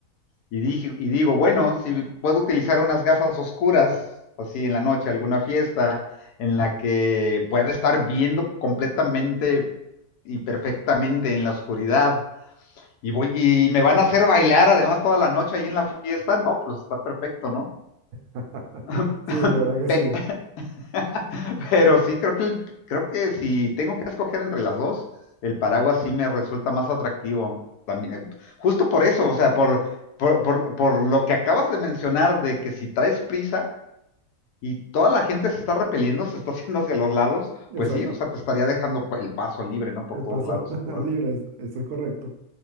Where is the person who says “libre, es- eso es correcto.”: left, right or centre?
Right